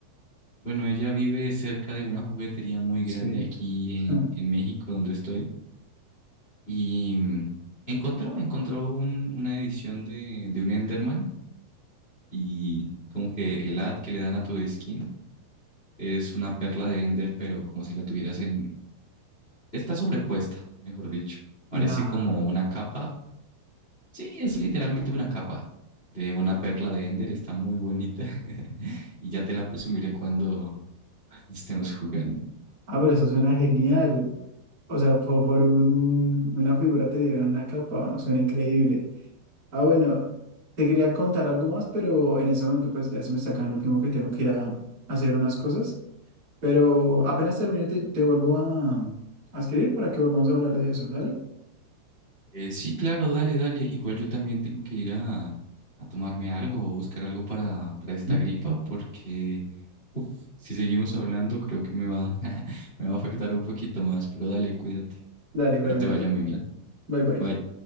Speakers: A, on the left; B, on the right.
A: bueno, ella vive cerca de una juguetería muy
B: sí.
A: grande aquí
B: <laughs>
A: en, en México donde estoy y mm, encontró, encontró un- una edición de, de un Enderman y como que el ad que le dan a tu skin es una perla de Ender, pero como si la tuvieras en... Está sobrepuesta, mejor dicho. Parece
B: Nada.
A: como una capa. Sí, es literalmente una capa de una perla de Ender. Está muy bonita. <laughs> Y ya te la presumiré cuando, cuando estemos jugando.
B: Ah, pero eso suena genial. O sea, po- por, un- una figura te dieron una capa, suena increíble. Ah, bueno, te quería contar algo más, pero en ese momento pues ya se me está acabando el tiempo que tengo que ir a, a hacer unas cosas. Pero apenas termine te, te vuelvo a, a escribir para que volvamos a hablar de eso, ¿dale?
A: Eh, sí, claro, dale, dale. Igual yo también tengo que ir a, a tomarme algo o buscar algo para, para esta
B: <laughs>
A: gripa porque uf, si seguimos hablando creo que me va, <laughs> me va a afectar un poquito más, pero dale, cuídate.
B: Dale,
A: Espero
B: igualmente.
A: te vaya muy bien.
B: Bye bye.
A: Bye.